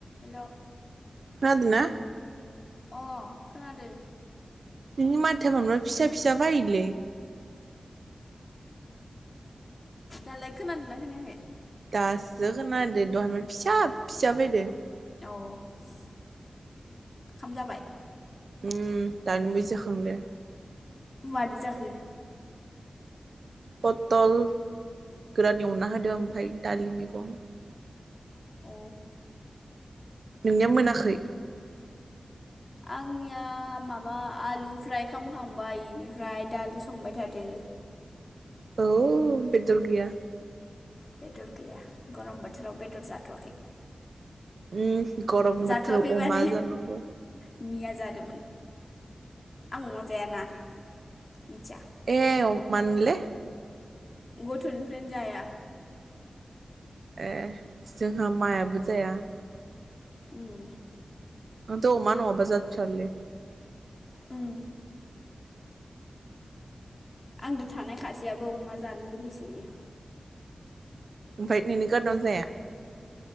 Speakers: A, on the left; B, on the right.
A: हेल
B: खोनादोंना?
A: अ खोनादों।
B: नोंनि माथोआ मानोबा फिसा फिसा फैयोलै।
A: दालाय खोनादों ना खोनायाखै?
B: दासो खोनदों दहायनिफायनो फिसा फिसा फैदों।
A: औ ओंखाम जाबाय?
B: उम दानिबावैसो जाखांदों।
A: मादो जाखो?
B: पथल गोरान एवना होदों ओमफ्राय दालि मैगं।
A: अ
B: नोंनिया मोनाखै?
A: आंनिया माबा आलु फ्राय खालामखांबाय बेनिफ्राय दालि संबाय थादों
B: औ बेदर गैया।
A: बेदर गैया गरम बोथोराव बेदर जाथ'वाखै।
B: उम गरम
A: जाथ'वाखै
B: बोथोराव
A: माने
B: अमा जानांगौ।
A: मिया जादोंमोन। आं अमा जायाना। मिथिया
B: एव मानोले?
A: गथ'निफ्रायनो जाया।
B: ए जोंहा मायाबो जाया।
A: उम
B: आंथ' अमा नंङाबा जाथ्रालै।
A: उम आंजों थानाय खासेयाबो अमा जानो लुुगैसोयो।
B: ओमफ्राय नोंनि खारनाव जाया?